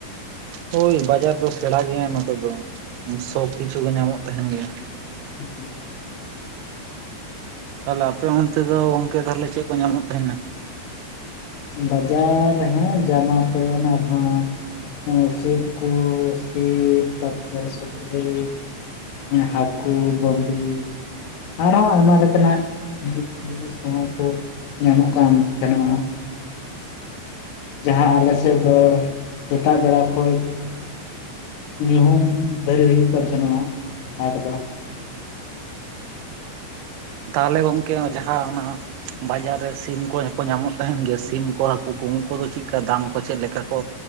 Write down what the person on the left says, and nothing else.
<unintelligible>
ᱵᱟᱡᱟᱨ ᱨᱮᱦᱚᱸ ᱡᱟᱢᱟ ᱠᱚ ᱚᱱᱟ ᱠᱚᱦᱚᱸ ᱮ ᱥᱤᱢ ᱠᱩ ᱥᱤᱢ ᱛᱟᱯᱚᱨ ᱥᱩᱠᱨᱤ᱾ ᱦᱟᱠᱳ ᱵᱟᱹᱢᱰᱤ ᱟᱨᱦᱚᱸ ᱟᱭᱢᱟ ᱞᱮᱠᱟᱱᱟᱜ ᱡᱤ-ᱡᱤᱱᱤᱥ ᱠᱚ ᱧᱟᱢᱚᱜ ᱠᱟᱱ ᱛᱟᱦᱮᱱᱚᱜᱼᱟ᱾ ᱡᱟᱦᱟᱸ ᱟᱞᱮ ᱥᱮᱜ ᱫᱚ ᱥᱮᱛᱟᱜ ᱵᱟᱲᱟ ᱠᱷᱳᱡ ᱧᱩᱦᱩᱢ ᱫᱟᱹᱨᱤ ᱨᱮ ᱦᱩᱭᱩᱜ ᱛᱟᱦᱮᱟᱹᱱᱚᱜᱼᱟ ᱦᱟᱴ ᱫᱚ᱾